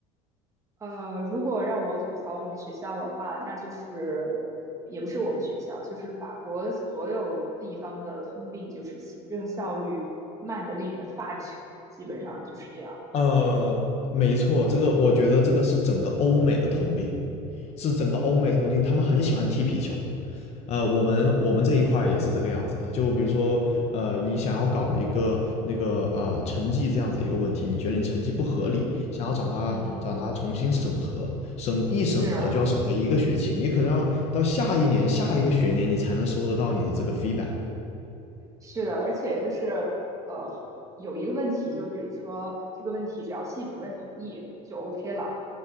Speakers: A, on the right; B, on the left.
A: 呃，如果让我吐槽我们学校的话，那就是也不是我们学校，就是法国所有地方的通病，就是行政效率慢得令人发指，基本上就是这样。
B: 呃，没错，这个我觉得这个是整个欧美的通病，是整个欧美通病，他们很喜欢踢皮球。呃，我们我们这一块也是这个样子的，就比如说，呃，你想要搞一个那个啊、呃成绩这样子一个问题，你觉得你成绩不合理，
A: 嗯
B: 想要找他找他重新审核，
A: 嗯
B: 审一审核就要审核一个学期，
A: 是
B: 你可能要到下一年下一个学年你才能收得到你的这个 feedback。
A: 是的，而且就是呃，有一个问题，就比如说这个问题，只要系主任同意就 OK 了。